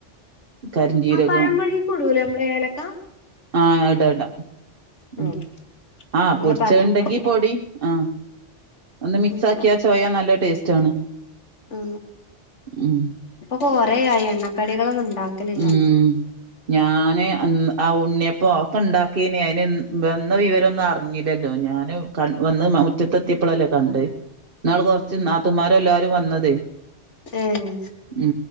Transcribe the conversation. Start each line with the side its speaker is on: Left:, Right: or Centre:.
Right: കരിഞ്ജീരകം
Left: ആ പഴം പൊടി കൊടുലേ നമ്മള് ഏലക്ക.
Right: ആഹ് ഇടാ ഇടാ മം
Left: ആഹ്
Right: ആഹ
Left: ഇങ്ങള്
Right: പൊടിച്ച
Left: പറഞ്ഞപ്പളാ
Right: ഉണ്ടെങ്കി പൊടി. ആ ഒന്ന് മിക്സാക്കിയാ
Left: ഉം
Right: ആ ചോയാ നല്ല ടേസ്റ്റ് ആണ്.
Left: ഉ
Right: ഉം
Left: അപ്പൊ കൊറയായി എണ്ണക്കടികളൊന്നും ഉണ്ടാക്കലില്ല.
Right: ഉം ഞാന് അന്ന്‌ ആ ഉണ്ണിയപൊ ക്കെ ഉണ്ടാ കീനി അയിന് വന്ന വിവരൊന്നും അറിഞ്ഞില്ലല്ലോ. ഞാൻ ക വന്ന് മുറ്റത്തെ ത്തിയപ്പോല്ലേ കണ്ടത്. എന്നാൾ കൊറച്ച് നാത്തുമാര എല്ലാരും വന്നതേ
Left: ഏഹ്
Right: ഉ